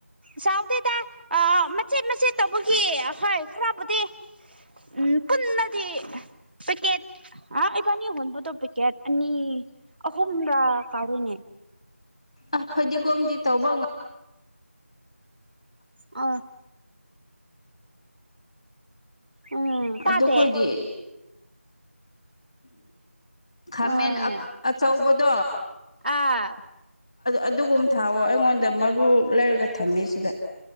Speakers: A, on the right; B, in the centre.
A: ꯆꯥꯎꯗꯦꯗ ꯑ ꯃꯆꯦꯠ ꯃꯆꯦꯠ ꯇꯧꯕꯒꯤ ꯍꯣꯏ ꯈꯔꯕꯨꯗꯤ ꯎꯝ ꯄꯨꯟꯅ ꯄꯦꯠ ꯑ ꯑꯩꯀꯅꯤ ꯍꯨꯟꯕꯠꯇꯣ ꯄꯦꯀꯦꯠ ꯑꯅꯤ ꯈꯨꯝ ꯀꯅꯦ
B: ꯑ ꯐꯗꯤꯒꯣꯝꯗꯤ ꯇꯧꯕ ꯉ
A: ꯑ ꯎꯝ ꯇꯥꯗꯦ
B: ꯑꯗꯨ ꯑꯩꯈꯣꯏꯗꯤ ꯈꯥꯃꯦꯟ
A: ꯑꯥ
B: ꯑꯆꯧꯕꯗꯣ
A: ꯑꯥ
B: ꯑꯗꯨꯒꯨꯝ ꯊꯥꯑꯣ ꯑꯩꯉꯣꯟꯗ ꯃꯔꯨ ꯂꯩꯔꯒ ꯊꯝꯃꯤ ꯁꯤꯗ